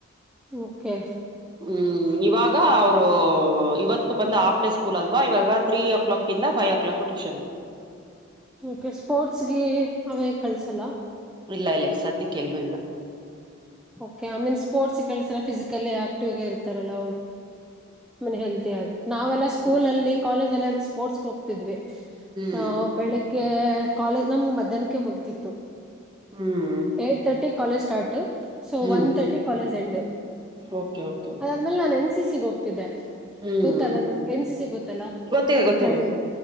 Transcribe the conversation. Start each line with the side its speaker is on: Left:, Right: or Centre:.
Centre: ಓಕೆ
Right: ಹ್ಮ ಇವಾಗ ಅವರು ಇವತ್ತು ಬಂದ ಆಾಫ್ ಡೇ ಸ್ಕೂಲ್ ಅಲ್ವಾ ಇವಾಗ ತ್ರೀ ಓ ಕ್ಲಾಕ್ ಇಂದ ಫೈವ್ ಓ ಕ್ಲಾಕ್ ಇಂದ ಟ್ಯೂಷನ್
Centre: ಓಕೆ ಸ್ಪೋರ್ಟ್ಸ್ಗೆ ಅವೇ ಕಳ್ಸಲ್ಲ.
Right: ಇಲ್ಲ ಇಲ್ಲ ಸದ್ಯಕ್ಕೆ ಎಲ್ಲೂ ಇಲ್ಲ.
Centre: ಓಕೆ ಐ ಮೀನ್ ಸ್ಪೋರ್ಟ್ಸ್ ಕೆಲ್ಸರ ಫಿಸಿಕಲಿ ಆಕ್ಟಿವ್ ಆಗ ಇತಾರಲ್ಲ. ಮ ಹೆಲ್ ಆಗಿ ನಾವೆಲ್ಲ
Right: ಹ್ಮ್
Centre: ಸ್ಕೂಲ್ ಅಲ್ಲಿ ಕಾಲೇಜ್. ಲ್ಲ ಸ್ಪೋರ್ಟ್ಸ್ಗೆ ಹೋಗ್ತಿದೀವಿ
Right: ಹ್ಮ್
Centre: ಹ ಬೆಳಿಗ್ಗೆ ಕಾಲೇಜ ನಮ್ ಮಧ್ಯಾಹ್ಕ್ಕೆ ಮುಗ್ ತಿತು
Right: ಹ್ಮ್
Centre: eight thirty. College start so
Right: ಹ್ಮ್
Centre: one thirty college end
Right: okay okay okay
Centre: ಅದಾದ್ಮೇಲೆ ನಾನು ಎನ್ ಸಿ ಸಿ ಗ ಹೋಗ್ತಿದ್ದೆ.
Right: ಹ್ಮ್
Centre: ಗೊತ್ತಲ್ಲ ನಮ ಎನ್ ಸಿ ಸಿ ಗೊತ್ತಲ್ಲ
Right: ಗೊತ್ತಿದೆ ಗೊತ್ತಿದೆ
Centre: ಟ್ರೈನಿಂಗ್